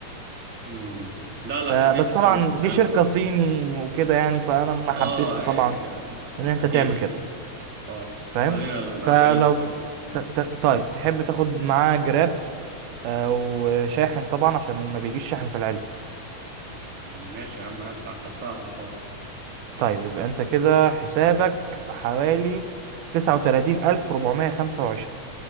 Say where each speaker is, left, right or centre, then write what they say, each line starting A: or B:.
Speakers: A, on the right; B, on the right.
A: مم. لا لا
B: فبس
A: خلينا في السامسونج
B: طبعا
A: خلينا
B: دي شركه
A: في السامسونج
B: صيني وكده يعني فانا
A: اه
B: ما حبسش
A: آه،
B: طبعا
A: آه،
B: ان انت
A: اكيد
B: تعمل
A: اكيد
B: كده
A: اه
B: فاهم
A: خلينا لا لا
B: فلو
A: خلينا في السامسونج
B: ت- ت- طيب تحب تاخد معاه جراب او شاحن طبعا عشان ما بيجيش شاحن في العلبه
A: يعني ماشي يا عم هدفع هدفعهم حاضر
B: طيب يبقى انت كده حسابك حوالي تسعة وتلاتين ألف ربعمية خمسة